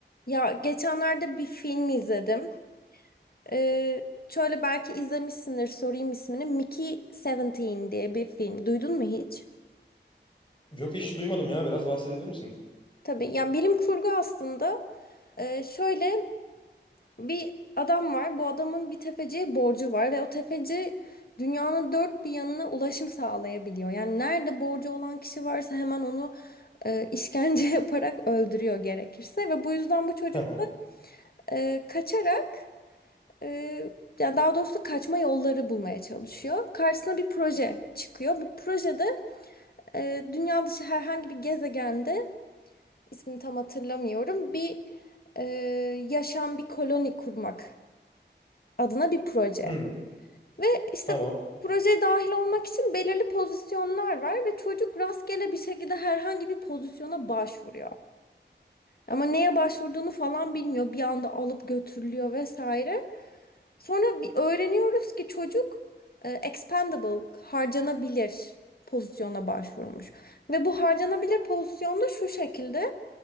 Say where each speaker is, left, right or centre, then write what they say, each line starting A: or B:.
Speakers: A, on the left (about 55°); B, on the left (about 25°).
A: Ya geçenlerde bir film izledim. Ee, şöyle belki izlemişsindir sorayım ismini. Mickey 17 diye bir film. Duydun mu hiç?
B: Yok hiç duymadım ya. Biraz bahsedebilir misin?
A: Tabii yani bilim kurgu aslında. Ee, şöyle bir adam var. Bu adamın bir tefeciye borcu var ve o tefeci dünyanın dört bir yanına ulaşım sağlayabiliyor. Yani nerede borcu olan kişi varsa hemen onu e, işkence <laughs> yaparak öldürüyor gerekirse ve bu yüzden bu çocuk
B: <laughs>
A: e, kaçarak Ee, yani daha doğrusu kaçma yolları bulmaya çalışıyor. Karşısına bir proje çıkıyor. Bu projede e, dünya dışı herhangi bir gezegende ismini tam hatırlamıyorum bir e, yaşam bir koloni kurmak adına bir proje.
B: Hmm,
A: Ve işte
B: tamam.
A: bu projeye dahil olmak için belirli pozisyonlar var ve çocuk rastgele bir şekilde herhangi bir pozisyona başvuruyor. Ama neye başvurduğunu falan bilmiyor. Bir anda alıp götürülüyor vesaire. Sonra bir öğreniyoruz ki çocuk e, expendable, harcanabilir pozisyona başvurmuş. Ve bu harcanabilir pozisyonda şu şekilde